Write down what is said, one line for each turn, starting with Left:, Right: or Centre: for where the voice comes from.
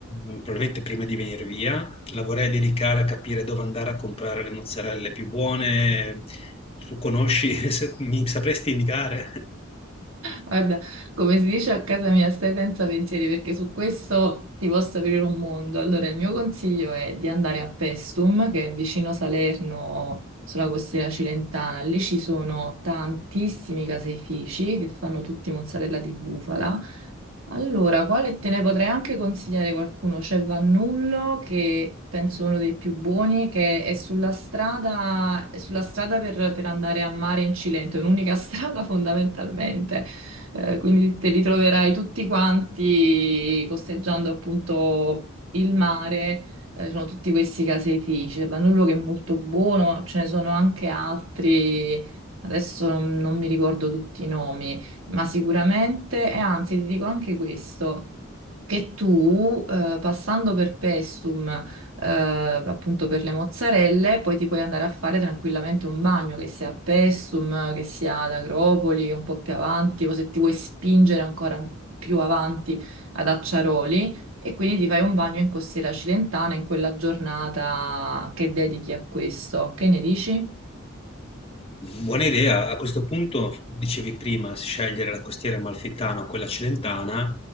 Left: mh, probabilmente prima di venire via, la vorrei dedicare a capire dove andare a comprare le mozzarelle più buone. Tu conosci, <laughs> se- mi sapresti indicare?
Right: Guarda, come si dice a casa mia, stai senza pensieri perché su questo ti posso aprire un mondo. Allora, il mio consiglio è di andare a Pestum, che è vicino Salerno, sulla costiera cilentana. Lì ci sono tantissimi caseifici che fanno tutti mozzarella di bufala. Allora, quale te ne potrei anche consigliare qualcuno? C'è Vannullo, che penso uno dei più buoni, che è sulla strada, è sulla strada per, per andare a mare in Cilento, è un'unica <laughs> strada fondamentalmente. Eh, quindi te li troverai tutti quanti costeggiando appunto il mare. Eh, sono tutti questi caseifici. Vanullo che è molto buono, ma ce ne sono anche altri. Adesso non, non mi ricordo tutti i nomi, ma sicuramente, e anzi, ti dico anche questo. Che tu, eh, passando per Pestum eh, appunto per le mozzarelle, poi ti puoi andare a fare tranquillamente un bagno, che sia a Pessum, che sia ad Agropoli, un po' più avanti, o se ti vuoi spingere ancora più avanti ad Acciaroli, e quindi ti fai un bagno in Costiera Cilentana in quella giornata che dedichi a questo. Che ne dici?
Left: Buona idea. A questo punto, dicevi prima, scegliere la costiera amalfitana o quella cilentana. A